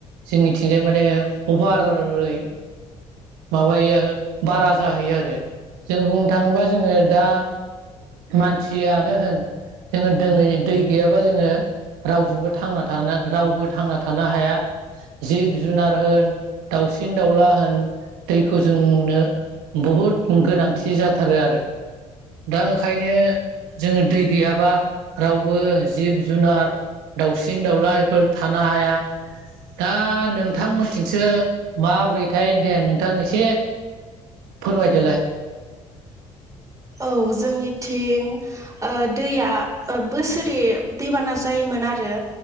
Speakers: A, on the right; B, on the right.
A: जोंनिथिंजाय माने अभारै माबायो बारा जाहैयो आरो जों बुंनो थाङोबा जोङो दा मानसियानो होन जोङो दोङै दै गैयाबा जोङो रावजोंबो थांना थ रावबो थांना थानो हाया जिब-जुनार होन दाउसिन दाउला होन दैखौ जोंनो बहुद गोनांथि जाथारो आरो दा ओंखायनो जोङो दै गैयाबा रावबो जिब-जुनार दाउसिन-दाउला बेफोर थानो हाया दा नोंथांमोनथिंसो माबोरैथाय? दे नोंथां एसे फोरमायदोलाय
B: औ जोंनिथिं ओ दैया ओ बोसोरे दैबाना जायो मोन आरो